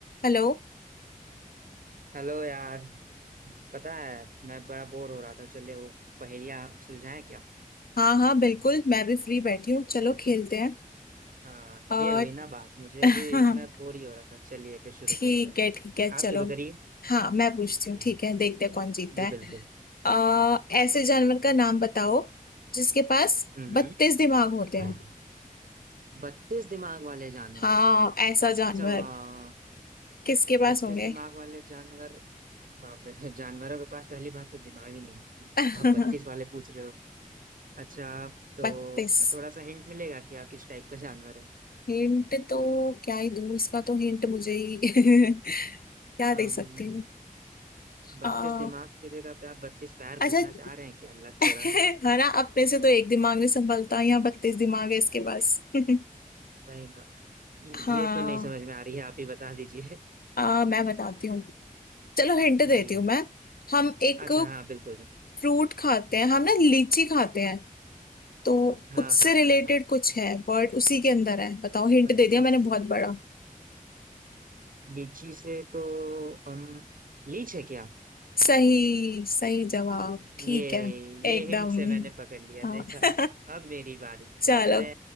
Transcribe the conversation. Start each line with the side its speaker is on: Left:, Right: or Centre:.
Left: Hello
Right: Hello यार पता है मैं बड़ा बोर हो रहा था चलिए वो पहेलियाँ सुलझाएं क्या
Left: हाँ हाँ बिल्कुल मैं भी फ्री बैठी हूँ चलो खेलते हैं
Right: हाँ
Left: और
Right: ये हुई ना बात मुझे अभी
Left: <laughs> हाँ
Right: मैं बोर ही हो रहा था चलिए फिर शुरू
Left: ठीक
Right: करते हैं
Left: है ठीक है चलो
Right: आप शुरू करिए
Left: हाँ मैं पूछती हूँ
Right: जी
Left: ठीक है देखते हैं कौन जीतता
Right: जी
Left: है
Right: बिल्कुल
Left: आ, ऐसे जानवर का नाम बताओ जिसके पास
Right: हम्म
Left: बत्तीस दिमाग होते
Right: हम्म।
Left: हैं
Right: बत्तीस दिमाग वाले जानवर
Left: हाँ ऐसा जानवर
Right: अच्छा वाह
Left: किसके पास
Right: बत्तीस
Left: होंगे
Right: दिमाग वाले जानवर बाप रे <laughs> जानवरों के पास पहली बात तो दिमाग ही नहीं होती
Left: <laughs>
Right: आप बत्तीस वाले पूछ रहे हो अच्छा
Left: बत्तीस
Right: तो थोड़ा सा हिंट मिलेगा कि आप किस टाइप का जानवर
Left: हिंट तो क्या ही दूँ इसका तो हिंट मुझे ही <laughs> क्या
Right: है
Left: दे सकती हूँ आ,
Right: बत्तीस दिमाग की जगह पे आप बत्तीस पैर
Left: अच्छा
Right: पूछना चाह रहे हैं क्या लग
Left: <laughs>
Right: तो रहा है
Left: है ना अपने से तो एक दिमाग नहीं संभलता यहाँ बत्तीस दिमाग है इसके पास <laughs>
Right: रहेगा
Left: हाँ
Right: ये तो नहीं समझ में आ रही है आप ही बता दीजिए
Left: आ, मैं बताती हूँ चलो हिंट देती
Right: जी
Left: हूँ मैं हम एक
Right: अच्छा हाँ बिल्कुल
Left: फ्रूट खाते हैं हम ना लीची खाते हैं तो
Right: हाँ
Left: उससे
Right: हाँ
Left: रिलेटेड
Right: हाँ हाँ
Left: कुछ है वर्ड उसी के अंदर है बताओ हिंट
Right: बत्तीस
Left: दे दिया मैंने बहुत बड़ा
Right: लीची से तो हम लीच है क्या
Left: सही सही जवाब ठीक
Right: ये
Left: है
Right: ये
Left: एकदम
Right: हिंट से मैंने पकड़ लिया
Left: हाँ
Right: देखा अब मेरी बारी
Left: <laughs> चलो
Right: अब मैं